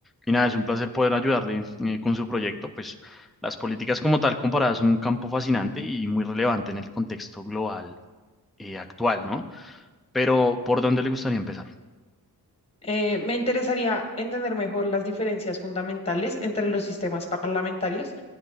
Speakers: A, in the centre; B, on the left.
A: y nada, es un placer poder ayudarle eh, con su proyecto. Pues las políticas como tal comparadas son un campo fascinante y muy relevante en el contexto global eh, actual, ¿no? Pero, ¿por dónde le gustaría empezar?
B: Eh, me interesaría entender mejor las diferencias fundamentales entre los sistemas parlamentarios